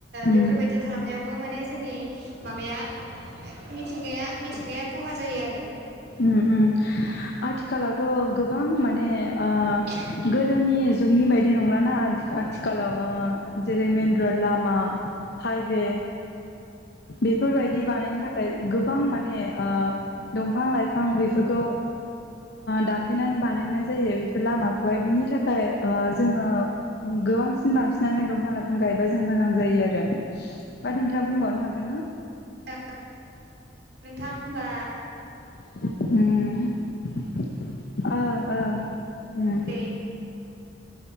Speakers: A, on the left; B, on the right.
A: उम
B: बेफोरबायदि खालामनायावबो माने जोंनि माबाया मिथिंगाया मिथिंगाया खहा जायो आरो
A: उम उम आथिखालावथ' गोबां माने ओ
B: <unintelligible>
A: गोदोनि जुगनि बायदि नंलाना आथिखालाव जेरै मेन रड लामा, हाइवे बेफोरबायदि बानायनो थाखाय गोबां माने दंफां लाइ फां बेफोरखौ दानफायनानै बानायनाय जायो बेफोर लामाखौहाय। बिनि थाखाय जोङो गोबांसिन बांसिनानो दंफां लाइफां गायबा जों मोजां जायो आरो। बा नोंथाङा बुंबावनो हागोन ना?
B: ओ नोंथां होनबा
A: औ औ।
B: <unintelligible> मोजाङै